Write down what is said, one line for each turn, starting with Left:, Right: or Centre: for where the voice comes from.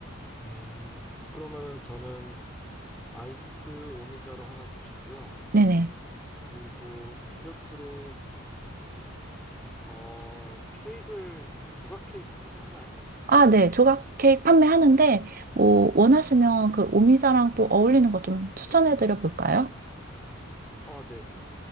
Centre: 음, 그러면은 저는 아이스 오미자로 하나 주시고요.
Right: 네네.
Centre: 그리고 디저트로 어, 케이크를 조각 케이크 판매하나요?
Right: 아, 네. 조각 케이크 판매하는데 뭐 원하시면 그 오미자랑 또 어울리는 거 좀 추천해 드려 볼까요?
Centre: 아, 네네네.